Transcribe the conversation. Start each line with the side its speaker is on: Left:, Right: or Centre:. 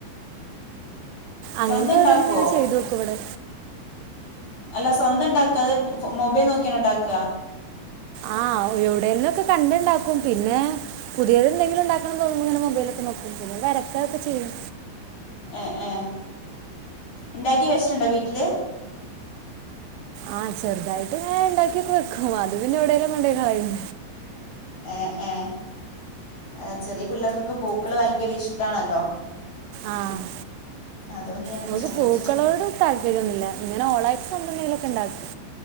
Right: അങ്ങനത്തെ
Left: സ്വന്തം ഉണ്ടാക്കുവോ
Right: ഓരോന്ന് ഇങ്ങനെ ചെയ്തോക്കും ഇവടെ
Left: അല്ല സ്വന്തം ഉണ്ടാക്കാത്? മൊബൈൽ നോക്ക്യാണോ ഉണ്ടാക്കാ?
Right: ആഹ് എവിടെങ്കിലും ഒക്കെ കണ്ട് ഇണ്ടാക്കും പിന്നെ പുതിയത് എന്തെങ്കിലും ഉണ്ടാക്കണന്ന് തോന്ന്മ്പൊ ഇങ്ങനെ മൊബൈ ലൊക്കെ നോക്കും വരക്ക അതൊക്കെ ചെയ്യും
Left: ഏ ഏ ഇണ്ടാക്കി വച്ചിട്ടുണ്ടോ വീട്ടിൽ
Right: ആഹ് ചെറുതായിട്ട് ഇങ്ങനെ ഉണ്ടാക്കി ഒക്കെ വെക്കും അത് പിന്നെ എവിടെലും കൊണ്ടോയി കളയും
Left: ഏ ഏ ചെറിയ പിള്ളേർക്കൊക്കെ പൂക്കൾ ഭയങ്കര ഇഷ്ടാണല്ലോ
Right: ആഹ്
Left: അതുകൊണ്ട് ഞാൻ അങ്ങനെ
Right: അവൾക്ക്
Left: ചോദിച്ചതാ
Right: പൂക്കളോട് താൽപര്യംഒന്നുല്ല ഇങ്ങനെ ഓളായിട്ട് എന്തെങ്കിലും ഒക്കെ ഉണ്ടാക്കും